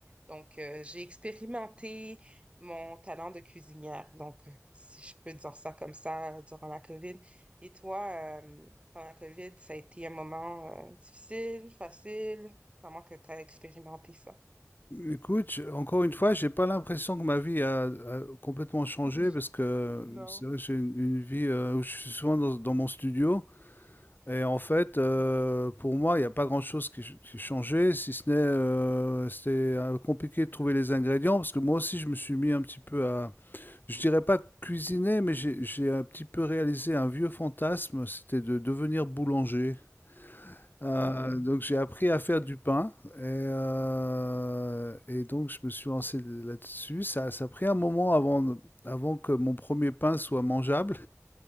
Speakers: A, on the right; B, on the left.
A: Donc, euh, j'ai expérimenté mon talent de cuisinière. Donc, euh, si je peux dire ça comme ça euh, durant la COVID. Et toi, euh, pendant la COVID, ça a été un moment, euh, difficile, facile, comment que tu as expérimenté ça?
B: Écoute, je- encore une fois, j'ai pas l'impression que ma vie a, a complètement changé
A: <laughs>
B: parce que
A: Non.
B: c'est vrai que j'ai une, une vie euh, où je suis souvent dans, dans mon studio et en fait, euh, pour moi, il n'y a pas grand-chose qui, ch- qui changeait, si ce n'est euh, c'était euh, compliqué de trouver les ingrédients parce que moi aussi, je me suis mis un petit peu à je dirais pas cuisiner, mais j'ai j'ai un petit peu réalisé un vieux fantasme, c'était de devenir boulanger. Euh,
A: Oh,
B: donc j'ai appris à
A: ok.
B: faire du pain et, euh, et donc je me suis lancé là-dessus. Ça, ça a pris un moment avant, avant que mon premier pain soit mangeable.